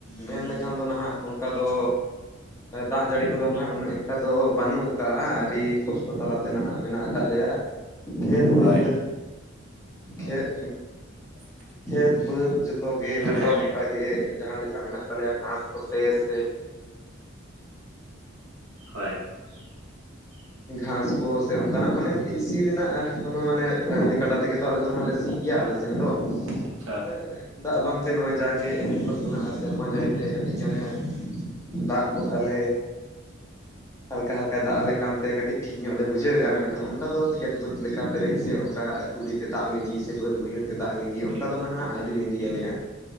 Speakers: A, on the left; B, on the right.
A: ᱢᱮᱱ ᱞᱮᱠᱷᱟᱱ ᱫᱚ ᱱᱟᱦᱟᱜ ᱚᱱᱠᱟ ᱫᱚ ᱫᱟᱜ ᱡᱟᱹᱲᱤ ᱠᱚ ᱫᱚ ᱦᱟᱸᱜ ᱩᱱᱟᱹᱜ ᱮᱠᱴᱟ ᱫᱚ ᱵᱟᱹᱱᱩᱜ ᱠᱟᱜᱼᱟ᱾ ᱟᱹᱰᱤ ᱠᱚᱥᱴᱚ ᱛᱟᱞᱟᱛᱮ ᱱᱟᱦᱟᱜ ᱢᱮᱱᱟᱜ ᱟᱠᱟᱫ ᱞᱮᱭᱟ ᱠᱷᱮᱛ, ᱵᱟᱹᱫᱽ
B: ᱦᱳᱭ
A: ᱪᱮᱫ?
B: <inaudible>
A: ᱠᱷᱮᱛ, ᱵᱟᱹᱫᱽ ᱡᱚᱛᱚᱜᱮ
B: ᱡᱚᱛᱚ
A: ᱢᱟᱱᱮ ᱚᱱᱠᱟᱜᱮ ᱡᱟᱦᱟᱸ ᱞᱮᱠᱟ ᱢᱮᱱᱟᱜ ᱛᱟᱞᱮᱭᱟ ᱜᱷᱟᱥ ᱠᱚᱛᱮ ᱥᱮ
B: ᱦᱳᱭ᱾ <inaudible>
A: ᱜᱷᱟᱥ ᱠᱚ ᱥᱮ ᱚᱱᱠᱟᱱᱟᱜ ᱢᱟᱱᱮ ᱢᱤᱫᱴᱤᱡ ᱥᱤ ᱨᱮᱱᱟᱜ ᱠᱳᱱᱳ ᱢᱟᱱᱮ ᱰᱟᱝᱨᱤ ᱠᱟᱰᱟ ᱛᱮᱜᱮ ᱛᱚ ᱟᱞᱮ ᱫᱚ ᱦᱟᱸᱜ ᱞᱮ ᱥᱤᱭ ᱜᱮᱭᱟ ᱟᱞᱮ <unintelligible>
B: ᱟᱪᱪᱷᱟ
A: ᱫᱟᱜ ᱵᱟᱝᱛᱮ ᱱᱚᱜᱼᱚᱭ ᱡᱟᱜᱮ ᱮᱱᱮ ᱦᱤᱞᱳᱜ ᱠᱟᱱᱟ ᱥᱮᱨᱢᱟ ᱡᱟᱹᱲᱤᱛᱮ ᱠᱟᱹᱴᱤᱡ ᱜᱟᱱᱮ ᱫᱟᱜ ᱜᱚᱫ ᱟᱞᱮ ᱡᱟᱦᱟᱞᱮᱠᱟ ᱫᱟᱜ ᱟᱞᱮ ᱠᱟᱱᱛᱮ ᱠᱟᱹᱴᱤᱡ ᱴᱷᱤᱠ ᱧᱚᱜ ᱞᱮ ᱵᱩᱡᱷᱟᱹᱣᱮᱫᱼᱟ ᱢᱮᱱᱠᱷᱟᱱ ᱚᱱᱠᱟ ᱫᱚ ᱠᱷᱮᱛ ᱵᱟᱹᱫᱽ ᱞᱮᱠᱟ ᱯᱮᱨᱮᱡ ᱥᱮ ᱚᱱᱠᱟ ᱠᱩᱞᱦᱤ ᱛᱮ ᱫᱟᱜ ᱞᱤᱸᱜᱤ ᱥᱮ ᱵᱟᱹᱫ ᱵᱟᱹᱭᱦᱟᱹᱲ ᱫᱟᱜ ᱞᱤᱜᱤ ᱚᱱᱠᱟ
B: ᱴᱷᱤᱠ
A: ᱫᱚ ᱱᱟᱦᱟᱜ ᱟᱹᱣᱨᱤ ᱞᱤᱸᱜᱤᱭ ᱟᱞᱮᱭᱟ